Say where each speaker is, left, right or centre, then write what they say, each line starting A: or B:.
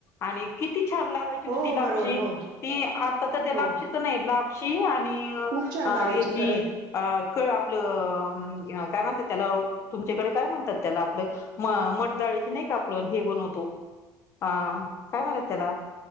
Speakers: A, on the left; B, on the right.
A: आणि किती छान लागायची
B: हो
A: होती ती
B: हो
A: लापशी
B: बरोबर हो
A: ती आता तर ते
B: हो
A: लापशीच नाही लापशी आणि
B: खूप छान लागायची
A: याची
B: खरंय
A: अ का आपलं काय म्हणतात त्याला तुमच्याकडे काय म्हणतात त्याला आपलं मटदााळीचे नाही कापून हे ब ह काय म्हण त्याला